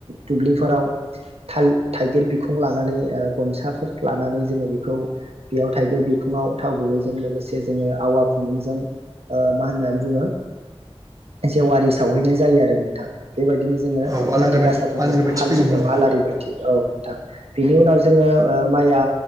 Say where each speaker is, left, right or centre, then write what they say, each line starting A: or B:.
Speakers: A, on the right; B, on the right.
A: दुब्लिफोराव थाल थाइगिर बिखुं लानानै गनसाफोर लानानै जोङो बेखौ बेयाव थाइगिर बिखुङाव थाव गुबैजों लोगोसे जोङो आवा खुन्दुंजों ओ मा होननानै बुङो जेवारि सावहैनाय जायो आरो नोंथां बेबायदिनो जोङो
B: आल आलारि
A: काति गासा फोरबोखौ
B: बाथि
A: फालियो
B: फोजोंहैयो
A: औ आलारि बाथि औ नो थां बिनि उनाव जोङो ओ माइया